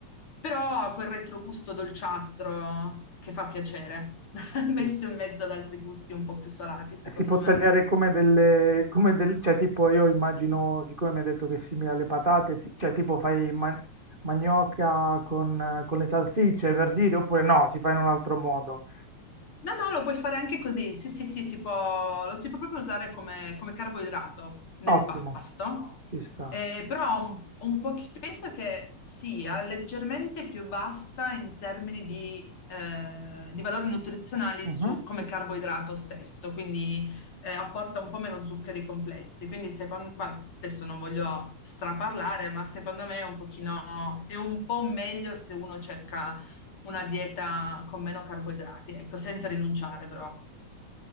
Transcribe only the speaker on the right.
Okay.
E si può
tagliare come delle come del cioè tipo io immagino, siccome mi hai detto che è simile alle patate, ci cioè tipo fai ma manioca con eh, con le salsicce per dire, oppure no, si fa in un altro modo.
Ottimo,
ci sta.
Mh-mh.